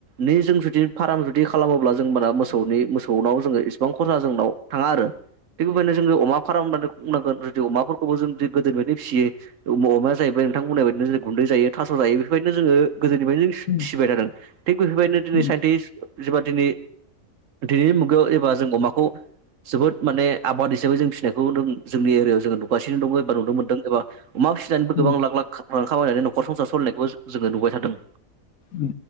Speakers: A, on the right; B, on the left.
A: नि जों जुदि फार्म जुदि खालामोब्ला जों माना मोसौनि मोसौनाव जोङो इसिबां खरसा जोंनाव थाङा आरो थिग बेबायदिनो जोङो अमा फार्म होननानै बुंनांगोन जुदि अमाफोरखौबो जों जु गोदोनि बायनो फिसियो अमाया जाहैबाय नोंथांमोननाय बायदिनो जे गुन्दै जायो थास' जायो। बेबायदिनो जोङो गोदोनिफ्रायनो जों
B: उम
A: फिसिबाय थादों थिग बेफोरबायदिनो दिनै
B: उम
A: साइन्टिस जेबा दिनै दिनैनि मुगायाव एबा जों अमाखौ जोबोद माने आबाद हिसाबै जों फिसिनायखौ जोंनि एरियायाव जोंङो नुगासिनो दङ' एबा नुनो मोनदों एबा अमा फिसिनानैबो
B: उम
A: गोबां लाख लाख गोबां खामायनानै न'खर संसार सलायनायखौबो जोङो नुबाय थादों।
B: ओम